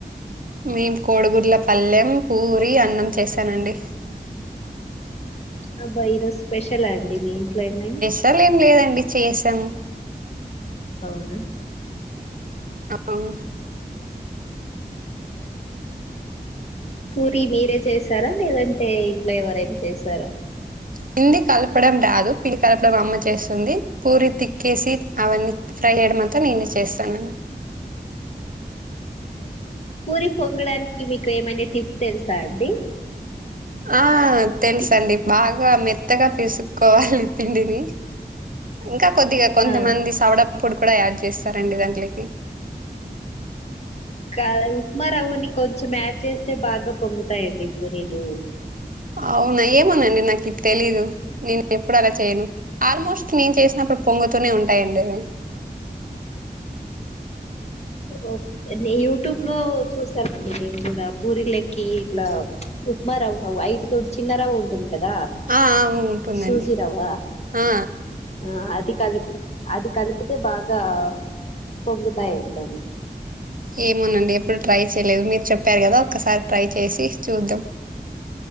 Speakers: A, on the right; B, on the left.
A: మేము కోడిగుడ్ల పల్లెం పూరి అన్నం చేశానండి
B: అబ్బా ఈ రోజు స్పెషలా అండి మీ ఇంట్లో ఏమైనా
A: త్తలేం లేదండి చేసాము
B: అవునా
A: అవు
B: పూరి మీరే చేసారా లేదంటే ఇంట్లో ఎవరైనా చేసారా
A: పిండి కలపడం రాదు పిండి కలపడం అమ్మ చేస్తుంది పూరి తిక్కేసి అవన్నీ ఫ్రై చేయడం అంత నేనే చేస్తానండి
B: పూరి పొంగడానికి మీకు ఏమైనా టిప్ తెలుసా అండి
A: ఆ తెలుసండి
B: టిప్
A: బాగా మెత్తగా పిసుక్కోవాలి పిండిని ఇంకా కొద్దిగా కొంతమంది
B: ఆ
A: సౌడ పొడి కూడా యాడ్ చేస్తారండి దాంట్లోకి
B: కాదు ఉప్మా రవ్వని కొంచెం యాడ్ చేస్తే బాగా పొంగుతాయండి పూరీలు
A: అవునా ఏమోనండి నాకు ఇది తెలీదు నేను ఎప్పుడు అలా చేయను ఆల్మోస్ట్ నేను చేసినప్పుడు పొంగుతూనే ఉంటాయండి అవి
B: లైక్ యూట్యూబ్ లో చూసానండి నేను కూడా పూరిలెకి ఇట్లా ఉప్మా రవ్వ వైట్తో చిన్నరవ్వ ఉంటుంది కదా
A: ఆ అ ఉంటుందండి
B: సూజీ రవ్వ
A: ఆ
B: ఆ అది కలి అది కలిపితే బాగా పొంగుతాయంటండి
A: ఏమోనండి ఎప్పుడు ట్రై చేయలేదు మీరు చెప్పారు కదా ఒక్కసారి ట్రై చేసి చూద్దాం